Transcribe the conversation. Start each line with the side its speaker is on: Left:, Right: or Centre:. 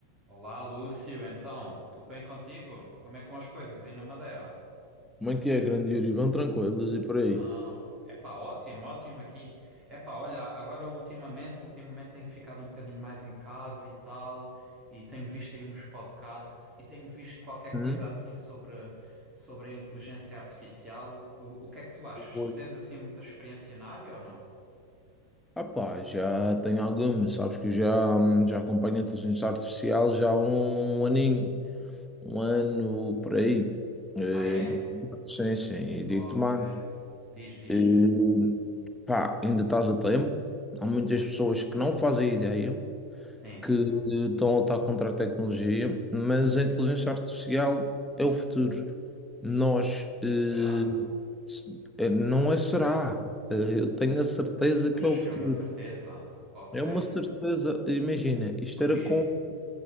Right: Olá, Lúcio. Então, tudo bem contigo? Como é que vão as coisas aí na Madeira?
Centre: Como é que é, grande Yuri? Vão tranquilos e por aí?
Right: Então, epá, ótimo, ótimo aqui. Epá, olha, agora ultimamente, ultimamente tenho ficado um bocadinho mais em casa e tal, e tenho visto aí uns podcasts e tenho visto qualquer coisa
Centre: Hum?
Right: assim sobre, sobre a inteligência artificial. O, o que é que tu achas?
Centre: Oi.
Right: Tu tens assim muita experiência na área ou não?
Centre: Ah pá, já tenho algumas, sabes que eu já, hum, já acompanho a inteligência artificial já há um aninho, um ano por aí. Eh,
Right: Ah, é?
Centre: Inteligência artificial, e
Right: Ok.
Centre: digo-te mais,
Right: Diz, diz.
Centre: eh, pá, ainda estás a tempo. Há muitas pessoas que não fazem ideia,
Right: Sim.
Centre: que estão a lutar contra a tecnologia, mas a inteligência artificial é o futuro. Nós, eh,
Right: Será?
Centre: se- eh, não é será. Eh, Eu tenho a certeza
Right: Achas
Centre: que é o futuro.
Right: que é uma certeza? Ok.
Centre: É uma certeza. Imagina, isto
Right: Porquê?
Centre: era como,